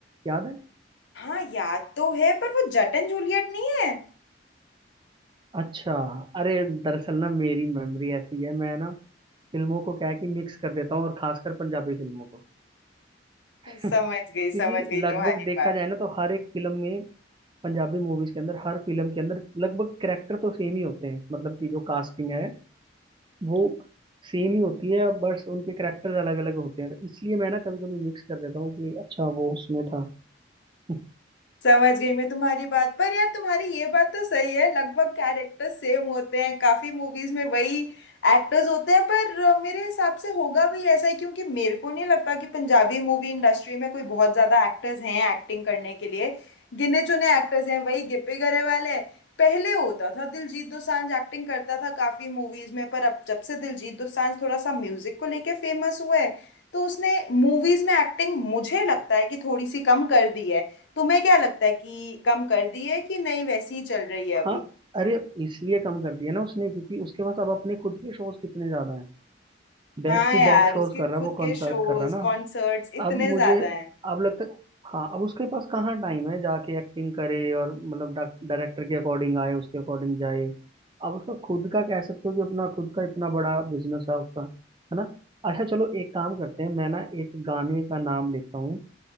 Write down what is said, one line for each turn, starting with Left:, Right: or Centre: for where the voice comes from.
Right: याद है
Left: हाँ याद तो है पर वो जट एंड जूलियट नहीं है
Right: अच्छा अरे दरअसल ना मेरी मेमोरी ऐसी है मैं ना फिल्मों को क्या है कि मिक्स कर देता हूँ और खासकर पंजाबी फिल्मों को <laughs>
Left: समझ
Right: क्योंकि
Left: गई समझ गई
Right: लगभग
Left: तुम्हारी
Right: देखा
Left: बात
Right: जाए ना तो हर एक फिल्म में पंजाबी मूवीज के अंदर हर फिल्म के अंदर लगभग कैरेक्टर तो सेम ही होते हैं मतलब कि जो कास्टिंग है वो सेम ही होती है बस उनके करेक्टर्स अलग अलग होते हैं तो इसलिए मैं ना कभी कभी मिक्स कर देता हूँ कि अच्छा वो उसमें था <laughs>
Left: समझ गई मैं तुम्हारी बात पर यार तुम्हारी ये बात तो सही है लगभग कैरेक्टर सेम होते हैं काफी मूवीज में वही एक्टर्स होते हैं पर अ, मेरे हिसाब से होगा भी ऐसा ही क्योंकि मेरे को नहीं लगता कि पंजाबी मूवी इंडस्ट्री में कोई बहुत ज्यादा एक्टर्स हैं एक्टिंग करने के लिए गिने चुने एक्टर्स हैं वही गिप्पी गरेवाल है पहले होता था दिलजीत दोसांझ एक्टिंग करता था काफी मूवीज में पर अब जब से दिलजीत दोसांझ थोड़ा सा म्यूजिक को लेके फेमस हुआ है तो उसने मूवीज में एक्टिंग मुझे लगता है कि थोड़ी सी कम कर दी है तुम्हें क्या लगता है कि कम कर दी है कि नहीं वैसी ही चल रही है अभी
Right: हाँ अरे इसलिए कम कर दिया ना उसने क्योंकि उसके पास अब अपने खुद के शोज कितने ज्यादा हैं बैक
Left: हाँ
Right: टू
Left: यार
Right: बैक शोज
Left: उसके
Right: कर रहा
Left: खुद
Right: है वो
Left: के
Right: कंसर्ट
Left: शोज
Right: कर रहा है ना
Left: कॉन्सर्ट्स इतने
Right: अब मुझे
Left: ज्यादा हैं
Right: अब लगता हाँ अब उसके पास कहाँ टाइम है जाके एक्टिंग करे और मतलब डायरेक्टर के अकॉर्डिंग आए उसके अकॉर्डिंग जाए अब उसका खुद का कह सकते हो कि अपना खुद का इतना बड़ा बिजनेस है उसका है ना अच्छा चलो एक काम करते हैं मैं ना एक गाने का नाम लेता हूँ